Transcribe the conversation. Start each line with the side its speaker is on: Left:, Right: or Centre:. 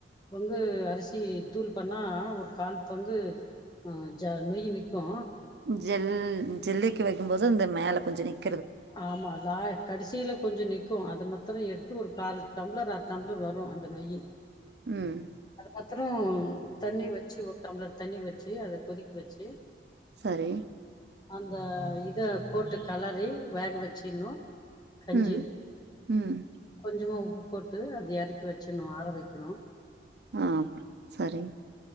Left: பங்கு அரிசி தூள் பண்ணா ஒரு கால் பங்கு ஜ நொயு நிக்கு
Right: ஜெல் ஜெல்லலைக்கு வைக்கு போது இந்த மேலே கொஞ்சோ நிக்
Left: ஆமாலா கடைசியில கொஞ்சோ நிக்கு அது மாத்திரம் எடுத்து ஒரு கால் டம்ளர் அரை டம்ளர் வரு அந்த நொய்
Right: ம்.
Left: அது மாத்திரம் தண்ணி வச்சு ஒரு டம்ளர் தண்ணி வச்சு அத கொதிக் குவச்சு
Right: சேரி
Left: அந்த இத போட்டு கலறி வேக வச்சிணு கஞ்சி
Right: ம். ம்.
Left: கொஞ்சமா போட்டு அது இறக்கி வச்சணு ஆர வைக்கணு
Right: ஆ சேரி